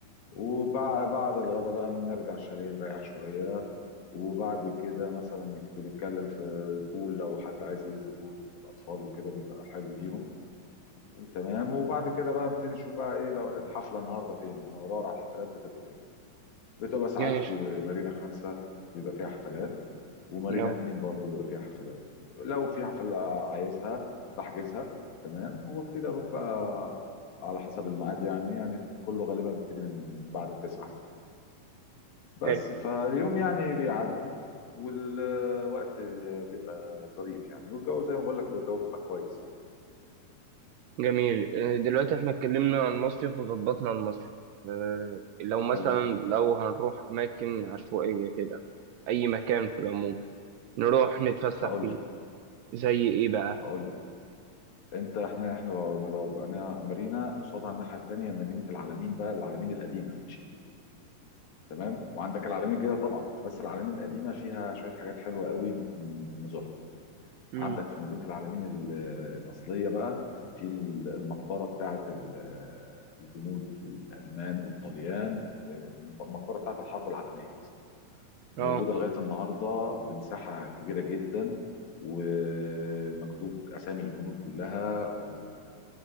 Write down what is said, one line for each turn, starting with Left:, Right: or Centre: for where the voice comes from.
Left: وبعد بعد الغداء بقى بنرجع الشاليه نريح شويه وبعد كده مثلا نك- بنتكلم في البول لو حد عايز ينزل بول من الاطفال وكده بيبقى حلو ليهم تمام وبعد كده بقى نبتدي نشوف بقى ايه لو الحفله النهارده فين انا بدور على الحفلات بتبقى فين بتبقى ساعات
Right: ماشي
Left: في مارينا خمسة بيبقى فيها حفلات ومارينا
Right: اه
Left: اتنين برضه بيبقى فيها حفلات لو في حفله عايزها بحجزها تمام وابتدي اروح بقى على حسب الميعاد يعني يعني كله غالبا بيبتدي من بعد تسعة كده. بس
Right: حلو
Left: فاليوم يعني بيعدي والوقت بيبقى ظريف يعني والجو زي ما بقول لك الجو بيبقى كويس يعني
Right: جميل آه، دلوقتي احنا اتكلمنا عن المصيف وظبطنا المصيف آه، لو مثلا
Left: حلو
Right: لو هنروح اماكن عشوائية كده اي مكان في العموم نروح نتفسح
Left: هقول
Right: فيه زي ايه بقى
Left: هقول انت احنا احنا لو لو بقينا مارينا قصادها الناحيه التانيه مدينه العلمين بقى العلمين القديمه مش الجديده تمام وعندك العلمين الجديده طبعا بس العلمين القديمه فيها شويه حاجات حلوه قوي ممكن نزورها
Right: امم
Left: عندك في مدينه العلمين ال- الاصليه بقى في ال- المقبره بتاعه ال- الجنود الالمان والطليان آه، المقبره بتاعه الحرب العالميه اصلا.
Right: اه
Left: موجودة لغاية النهاردة بمساحة كبيرة جدا ومكتوب أسامي الجنود كلها و